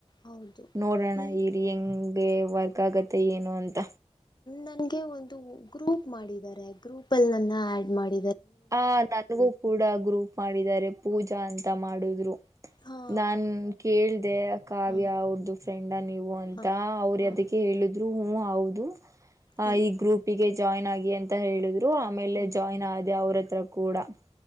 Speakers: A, on the left (about 35°); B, on the right (about 25°).
A: ಹೌದು
B: ನೋಡೋಣ
A: ಹ್ಮ್
B: ಇರಿ ಹೆಂಗ ಏ ವರ್ಕ್ ಆಗತ್ತೆ ಏನು ಅಂತ.
A: ನನ್ಗೆ ಒಂದು ಗ್ರೂಪ್ ಮಾಡಿದರೆ ಗ್ರೂಪ್ ಅಲ್ಲಿ ನನ್ನ ಆಡ್ ಮಾಡ
B: ಆ ನನಗೂ ಕೂಡ ಗ್ರೂಪ್ ಮಾಡಿದರೆ ಪೂಜಾ ಅಂತ ಮಾಡುದ್ರು.
A: ಹಾ
B: ನಾನ್ ಕೇಳ್ದೆ ಕಾವ್ಯ
A: ಹಾ
B: ಅವ್ರ್ದು ಫ್ರೆಂಡ ನೀವು ಅಂತ
A: ಹಾ ಹಾ
B: ಅವರು
A: ಹಾ
B: ಅದಕ್ಕೆ ಹೇಳುದು ಹೂ ಹೌದು
A: ಹ್ಮ್
B: ಈ ಗ್ರೂಪ್ಗೆ ಜಾಯಿನ್ ಆಗಿ ಅಂತ ಹೇಳಿದ್ರು ಆಮೇಲೆ
A: ಹಾ
B: ಜಾಯಿನ್ ಆದ ಅವ್ರತ್ರ ಕೂಡ <unintelligible>